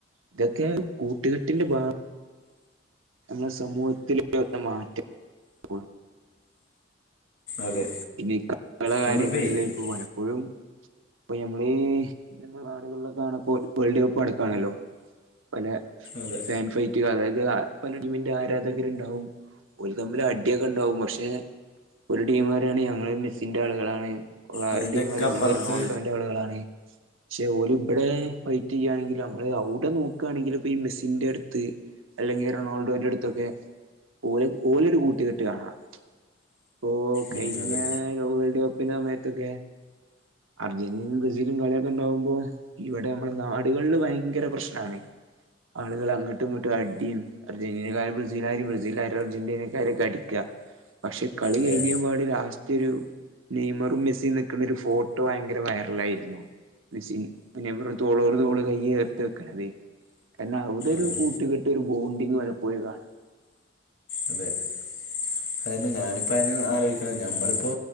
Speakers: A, on the right (about 85°); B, on the left (about 65°).
A: ഇതൊക്കെ കൂട്ടുകെട്ടിന്റെ ഭാഗ നമ്മുടെ സമൂഹത്തിലുള്ള മാറ്റം. കൂൾ
B: അതെ.
A: പിന്നെ ഈ ക ള കാര്യങ്ങളില
B: നമ്മളിപ്പോൾ
A: ഇപ്പൊ പലപ്പോഴും. ഇപ്പൊ ഞമ്മളീ നാടുകളിലാണപ്പോ വേൾഡ് കപ്പ് നടക്കാണല്ലോ പല
B: അതെ
A: ഫാൻ ഫൈ അതായത് പല ടീമിന്റെ ആരാധകരുണ്ടാവും ഒരു തമ്മില് അടിയൊക്കെ ഉണ്ടാവും പക്ഷെ ഒരു ടീം പറയാണ് ഞങ്ങള് മെസ്സിന്റെ ആളുകളാണ് ആഹ്
B: അതിൻ്റെയൊക്കെ
A: ഒരു ടീം പറയാണ്
B: അപ്പുറത്ത്
A: ഞങ്ങള് റൊണാൾഡോ ആ ന്റാളുകളാണ്. ക്ഷെ ഓല് ഇബ്ടെ ഫൈറ്റ് ചെയ്യാണെങ്കിലും നമ്മള് ഔടെ നോക്കാണെങ്കിലും ഇപ്പ ഈ മെസ്സിന്റെ അടുത്ത് അല്ലെങ്കി റൊണാൾഡോന്റെ അടുത്തൊക്കെ ഓല് ഓലൊരു കൂട്ടുകെട്ട് കാണാം. ഇപ്പോ
B: ഉം,
A: കഴിഞ്ഞ
B: അതെ
A: വേൾഡ് കപ്പിന്റെ സമയത്തൊക്കെ അർജന്റീനയും ബ്രസീലും കളിയൊക്കെ ഉണ്ടാവുമ്പോ ഇവിടെ നമ്മളുടെ നാടുകളില് ഭയങ്കര പ്രശ്നാണ്. ആളുകൾ അങ്ങട്ടും ഇങ്ങോട്ടും അടിയും അർജന്റീനക്കാര് ബ്രസീലാരും ബ്രസീലാരും അർജന്റീനക്കാരൊക്കെ അടിക്ക പക്ഷെ കളി
B: അതെ
A: കഴിഞെപ്പാ ലാസ്റ്റ് ഒരു നെയ്മറും മെസ്സി നിക്കുന്ന ഒരു ഫോട്ടോ ഭയങ്കര വൈറലായിരുന്നു. മെസിൻ പിന്നെ തോളോറ് തോള് കയ്യേർത്ത് വെക്കണതെ കാരണം അവിടെ ഒരു
B: അതെ
A: കൂട്ടുകെട്ട് ഒരു ബോണ്ടിങ്ങ് പലപ്പോളും കാണ
B: അതെ. അതായത് ഞാനിപ്പോ അതിനെ ആലോചിക്കണ ഞമ്മളിപ്പോ